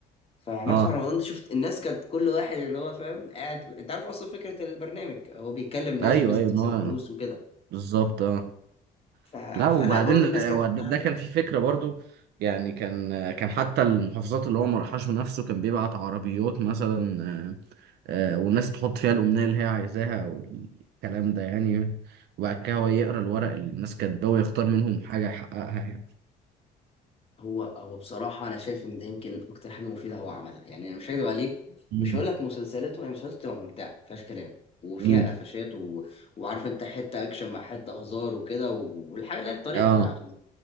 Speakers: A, on the left; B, on the right.
A: فمدفع
B: اه
A: رمضان ده شفت الناس كانت كل واحد اللي هو فاهم قاعد انت عارف اصلا فكره البرنامج هو بيكلم ناس
B: ايوه
A: وناس
B: ايوه
A: بتكسب
B: ان هو
A: فلوس وكده
B: بالظبط اه
A: ف...
B: لا
A: فلا
B: وبعدين
A: برضه الناس
B: آه،
A: كانت
B: ود-
A: قاعده
B: ده كان في فكرة برضو يعني كان آه، كان حتى المحافظات اللي هو ما راحهاش بنفسه كان بيبعت عربيات مثلا آه، آه، والناس تحط فيها الأمنية اللي هي عايزاها والكلام ده يعني وبعد كده هو يقرأ الورق اللي الناس كاتباه ويختار منهم حاجة يحققها يعني
A: هو هو بصراحه انا شايف ان ده يمكن اكتر حاجه مفيده هو عملها يعني انا مش هكدب عليك
B: مم.
A: مش هقول لك مسلسلاته هي مسلسلاته بتبقى ممتعه مفيهاش كلام وفيها
B: مم.
A: قفشات و... وعارف انت حته اكشن مع حته هزار وكده و... والحاجه اللي هي الطريقه
B: اه
A: بتاعته